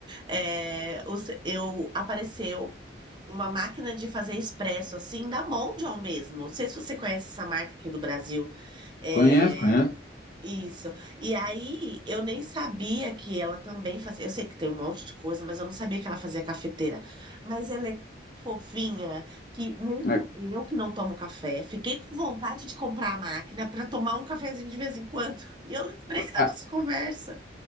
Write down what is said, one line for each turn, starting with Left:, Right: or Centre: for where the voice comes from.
Right: É, o ce- eu, apareceu uma máquina de fazer expresso, assim, da Mondial mesmo. Não sei se você conhece essa marca aqui do Brasil. É,
Left: Conheço, conheço.
Right: isso. E aí, eu nem sabia que ela também fazia. Eu sei que tem um monte de coisa, mas eu não sabia que ela fazia cafeteira. Mas ela é fofinha, que mesmo
Left: É,
Right: eu que não tomo café, fiquei com vontade de comprar a máquina para tomar um cafezinho de vez em quando. <laughs> E eu lembrei da
Left: a-
Right: nossa conversa.